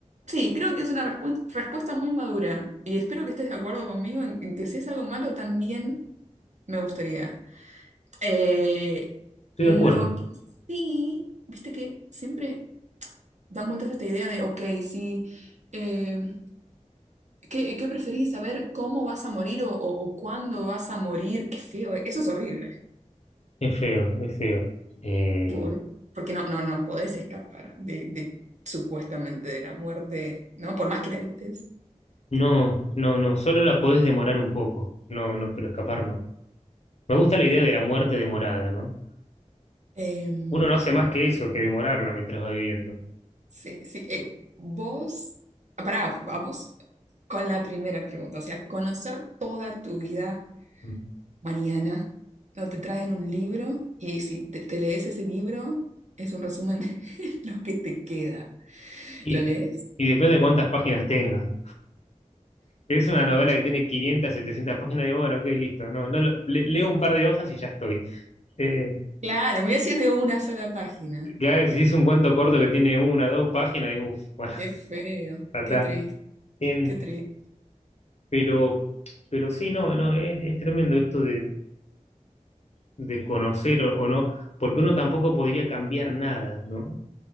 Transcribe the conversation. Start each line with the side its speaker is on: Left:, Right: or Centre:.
Right: sí, creo que es una respu- respuesta muy madura y espero que estés de acuerdo conmigo en, en que si es algo malo también me gustaría. Eh,
Left: de
Right: lo
Left: acuerdo.
Right: que sí, viste que siempre dan vueltas a esta idea de, ok, sí, eh, ¿qué, qué preferís? ¿Saber cómo vas a morir o, o- o cuándo vas a morir? Qué feo, eso es horrible,
Left: Es feo, es feo. Eh,
Right: por- porque no, no, no podés escapar de, de supuestamente de la muerte, ¿no? Por más que la evites.
Left: no, no, no, solo la podés demorar un poco. No, no, pero escapar no. Me gusta la idea de la muerte demorada, ¿no?
Right: Em,
Left: Uno no hace más que eso, que demorarla mientras va viviendo.
Right: Sí, sí. Eh, vos, pará, vamos con la primera pregunta. O sea, conocer toda tu vida
Left: Mm.
Right: mañana. No te traen un libro y si te, te lees ese libro, es un resumen <laughs> de lo que te queda.
Left: Y,
Right: ¿Lo lees?
Left: y depende de cuántas páginas tenga. Es una novela que tiene 500 700 páginas, digo, bueno, ok, listo. No, no lo- le- leo un par de hojas y ya estoy. Eh,
Right: Claro, mira si es de una sola página.
Left: ya si es un cuento corto que tiene una, dos páginas, digo, uff, bueno,
Right: Qué feo,
Left: <laughs> ya está.
Right: qué triste,
Left: Em,
Right: qué triste.
Left: pero, pero sí, no, no, es, es tremendo esto de, de conocer o, o no, porque uno tampoco podría cambiar nada, ¿no? O